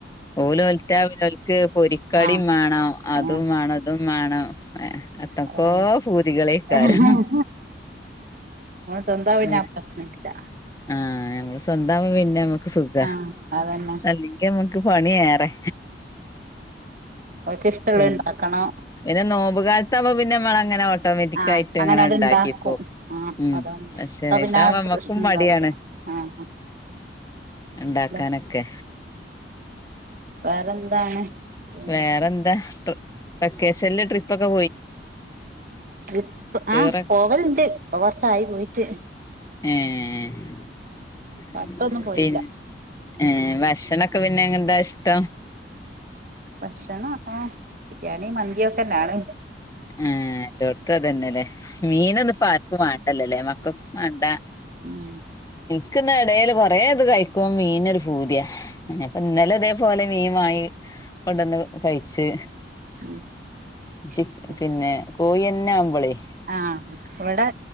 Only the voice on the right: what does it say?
ആ ആ
അതാണ്
നമ്മള് സ്വന്തം പിന്നെ
ആ പ്രശ്നമില്ല
ആഹ് അതന്നെ
ഓക്ക് ഇഷ്ടള്ളത്
ഇണ്ടാക്കണം
ആഹ്
അത്
ഇണ്ടാക്കും ആഹ്
അതാണ്
അപ്പൊ പിന്നെ
ആ
പ്രശ്നം ഉണ്ടാവില്ല ആഹ്
ഇല്ല വേറെന്താണ് പിന്നെ
ഇപ്പ
ആഹ പോവലുണ്ട് ഇപ്പോ കുറച്ചായി പോയിട്ട്
അടുത്തൊന്നും പോയില്ല
ഭക്ഷണം ആ ബിരിയാണിയും മന്തിയയും ഒക്കെന്നാണ്
ഉം
ഉം
ആഹ ഇവിടെ